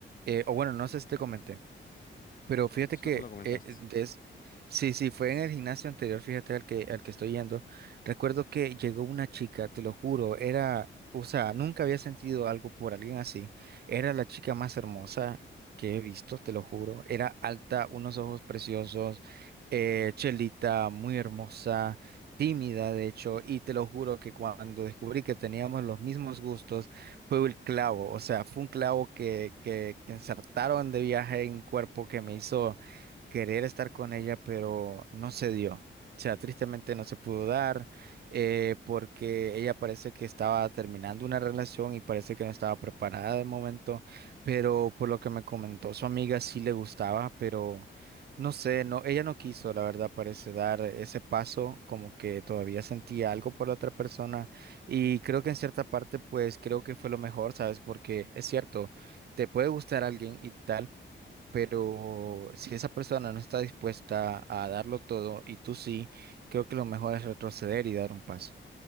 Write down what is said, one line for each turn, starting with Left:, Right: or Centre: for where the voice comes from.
Right: eh, o bueno, no sé si te comenté. Pero
Left: No,
Right: fíjate
Left: eso
Right: que
Left: no me lo comentaste.
Right: eh, eh, des- sí, sí, fue en el gimnasio anterior, fíjate al que, al que estoy yendo. Recuerdo que llegó una chica, te lo juro, era, o sea, nunca había sentido algo por alguien así. Era la chica más hermosa que he visto, te lo juro. Era alta, unos ojos preciosos, eh, chelita, muy hermosa, tímida, de hecho, y te lo juro que cuando descubrí que teníamos los mismos gustos, fue el clavo, o sea, fue un clavo que, que, que insertaron de viaje en mi cuerpo que me hizo querer estar con ella, pero no se dio. O sea, tristemente no se pudo dar eh, porque ella parece que estaba terminando una relación y parece que no estaba preparada de momento, pero por lo que me comentó su amiga sí le gustaba, pero no sé, no, ella no quiso, la verdad, parece dar ese paso, como que todavía sentía algo por la otra persona y creo que en cierta parte pues creo que fue lo mejor, ¿sabes? Porque es cierto, te puede gustar alguien y tal pero si esa persona no está dispuesta a darlo todo y tú sí, creo que lo mejor es retroceder y dar un paso.